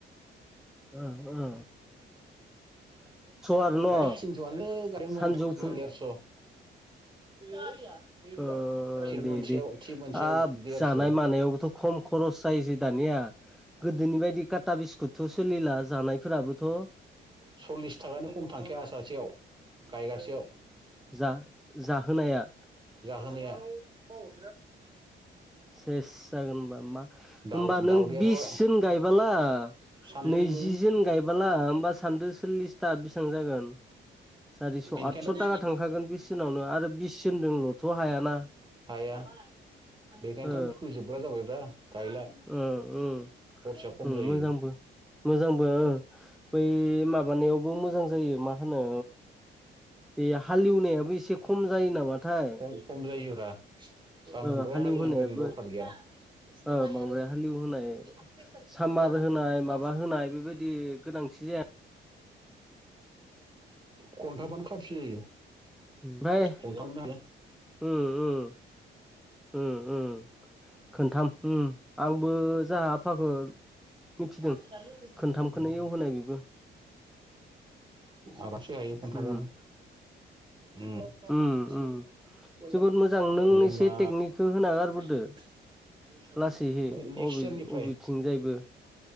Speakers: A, in the centre; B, on the right.
A: ओ ओ आरो न'
B: फ्राय <unintelligible> थिनसआनो गायदोंमोन
A: सानजौफु
B: ओम देरस' गारिया बिमबार
A: ओ
B: दा थिब
A: दे
B: मोनसेयाव
A: दे
B: थिब मोनसेयाव
A: हाब
B: देरस'
A: जानाय मानायावबोथ' खम खरस जायोसै दानिया गोदोनि बायदि काटा बिस्कुटथ' सोलिला जानाय फोराबोथ'
B: सल्लिस थाखानि खम थांखाया सासेयाव गायगासेयाव
A: जा जाहोनाया
B: जाहोनाया <unintelligible>
A: सेस जागोन ओमबा मा
B: दाउ
A: ओमबा नों
B: दाउदैयाथ'
A: बिससोन गायबाला
B: सानदो
A: नैजि
B: नोङो
A: जोन गायबाला ओमबा सान्दो सल्लिसथा बिसां जागोन सारिस'
B: बेनिखायनोथ'
A: आतस' ताका थांखागोन बिसजोनावनो आरो बिसजोनदोंल'थ' हायाना
B: हाया बेखायनथ'नो
A: ओ
B: फोजोबग्रा जाबायब्रा गायला खरसाया
A: ओ ओ
B: खम
A: ओ
B: जायो
A: मोजांबो मोजांबो ओं बै माबानायावबो मोजां जायो मा होनो बे हालेवनायाबो एसे खम जायो नामाथाय
B: खम खम जायोब्रा बांद्राय
A: ओ हालेव
B: हालेवद्रायनो
A: होनायाबो
B: दरखार गैया। प्रेसना
A: ओ
B: मायानो
A: बांद्राय हालेव होनाय
B: प्रेसार स्तक
A: सामार
B: जानानै
A: होनाय
B: गुवाहाटीसो
A: माबा होनाय
B: याल
A: बेबायदि गोनांथि जाया।
B: खन्थाबानो खाफि जायो।
A: ओमफ्राय उम्म
B: खनथामनो
A: उम्म। उम्म उम्म खोनथाम उम्म आंबो जाहा आफाखो मिथिदों,
B: हाया
A: खोनथाम खोनो एव होनाय बेबो।
B: आलासि हायो खनथामावनो
A: उम
B: उम्म। <inaudible> जोंना
A: उम उम जोबोद मोजां नों एसे टेकनिकखौ होना गारबोदो
B: <inaudible>
A: लासैहै
B: नेक्स्ट
A: अबे
B: इयारनिफ्राय।
A: अबेथिंजायबो